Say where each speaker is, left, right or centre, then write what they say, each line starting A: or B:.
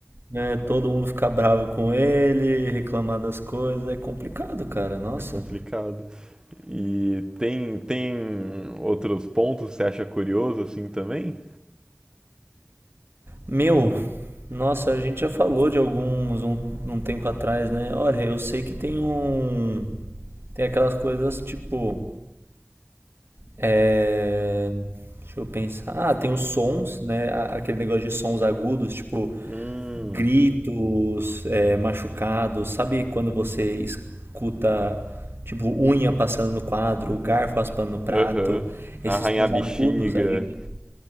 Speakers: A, on the right; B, on the right.
A: né, todo mundo ficar bravo com ele, reclamar das coisas, é complicado, cara, nossa.
B: É complicado. E tem, tem outros pontos que você acha curioso assim também?
A: Meu, nossa, a gente já falou de alguns um, um tempo atrás, né? Olha, eu sei que tem um. Tem aquelas coisas tipo. É, Deixa eu pensar. Ah, tem os sons, né? A- Aquele negócio de sons agudos, tipo
B: Hum,
A: gritos, é, machucados. Sabe quando você escuta, tipo, unha passando no quadro, garfo raspando no prato?
B: aham.
A: Esses
B: Arranhar
A: sons
B: a bexiga,
A: agudos, a gente.